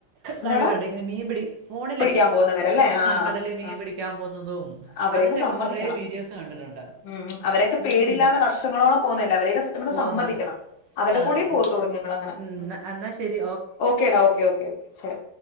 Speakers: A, on the left (about 70°); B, on the right (about 65°).
A: എന്താടോ
B: കണ്ടിട്ടുണ്ട് ഇങ്ങനെ മീൻ <inaudible>
A: പിടിക്കാൻ പോന്നവരല്ലേ ആ ആഹ്
B: കടലിൽ മീൻ
A: -ആഹ്
B: പിടിക്കാൻ പോകുന്നതും
A: അവരെയൊക്കെ
B: അതിൻ്റെയൊക്കെ
A: സമ്മതിക്കണം
B: കുറേ വീഡിയോസ് കണ്ടിട്ടുണ്ട്
A: മ്മ്- മ്മ് അവരക്കെ പേടിയില്ലാതെ
B: ഉം,
A: വർഷങ്ങളോളം പോന്നയല്ലേ അവരെയൊക്കെ സത്യം പറഞ്ഞാ
B: പോകുന്ന
A: സമ്മതിക്കണം അവരുടെ
B: ആ
A: കൂടെ
B: അതെ
A: പോവത്തോളൂ ഞങ്ങളങ്ങനെ
B: ഉം,
A: മ്മ്
B: ന്നാ- എന്നാ ശരി
A: ഓക്കെ ഡാ ഓക്കെ ഓക്കെ ഓക്കെ ശരി